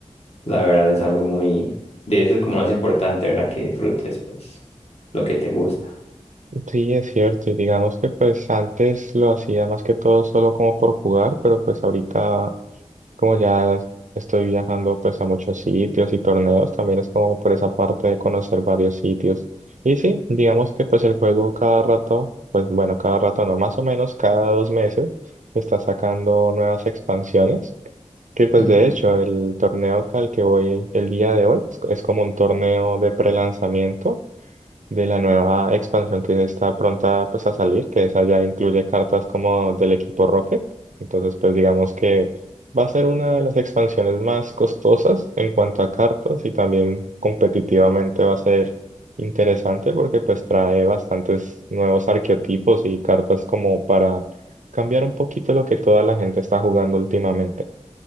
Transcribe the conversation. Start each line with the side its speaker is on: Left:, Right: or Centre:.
Left: la verdad es algo muy, de eso es como lo más importante, ¿verdad? Que disfrutes, pues, lo que te gusta.
Right: Sí, es cierto, y digamos que pues antes lo hacía más que todo solo como por jugar, pero pues ahorita como ya es- estoy viajando pues a muchos sitios y torneos, también es como por esa parte de conocer varios sitios. Y sí, digamos que pues el juego cada rato, pues bueno, cada rato no, más o menos cada dos meses está sacando nuevas expansiones, que pues
Left: Ujú,
Right: de hecho el torneo al que voy el día de hoy es es como un torneo de prelanzamiento de la nueva expansión que está pronta pues a salir, que esa ya incluye cartas como del equipo Rocket. Entonces, pues digamos que va a ser una de las expansiones más costosas en cuanto a cartas y también competitivamente va a ser interesante porque pues trae bastantes nuevos arqueotipos y cartas como para cambiar un poquito lo que toda la gente está jugando últimamente.